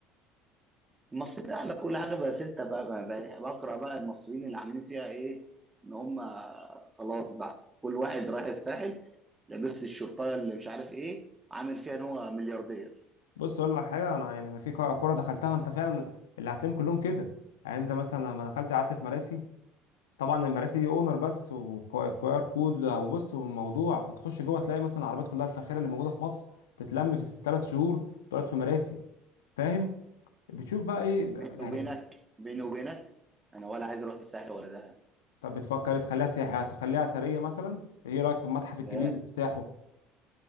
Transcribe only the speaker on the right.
المصريين اعلى كل حاجه بس انت بقى بقى- بقى- بقرا بقى المصريين اللي عاملين فيها ايه ان هم خلاص بقى كل واحد رايح الساحل لابس الشرطه اللي مش عارف ايه عامل فيها ان هو ملياردير
بيني
وبينك بيني وبينك انا ولا عايز اروح الساحل ولا دهب
لا